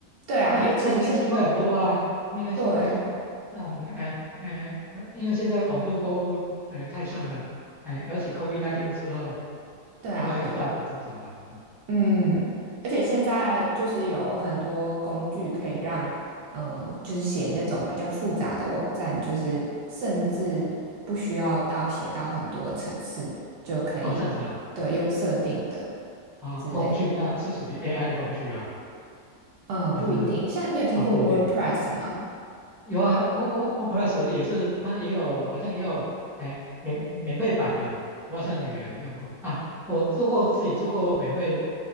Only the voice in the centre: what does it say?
那那应该机会很多啊，
因为现在那种呃呃，
呃因为现在网络购物呃太盛了，哎、尤其 COVID-19 之后，
应该有大幅增长吧？
嗯，
哦，这样子啊，
哦，
工具那是属于 AI 的工具了，
还是
哦不一定，
哎
有啊，O O O Plus 也是，它也有好像也有哎免免费版的，我好像也用过啊，我做过自己做过免费